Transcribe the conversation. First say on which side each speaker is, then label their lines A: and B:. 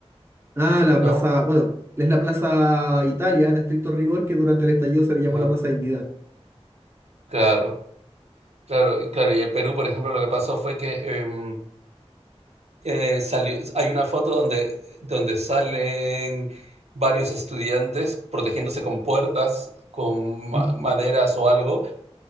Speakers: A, on the right; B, on the right.
A: Ah, la
B: ¿no?
A: plaza, bueno, es la Plaza Italia en estricto rigor que durante el estallido se le llamó
B: Ajá.
A: la Plaza Dignidad.
B: Claro, claro, y claro, y en Perú, por ejemplo, lo que pasó fue que em, eh, salió, hay una foto donde, donde salen varios estudiantes protegiéndose con puertas, con ma-
A: Mm.
B: maderas o algo,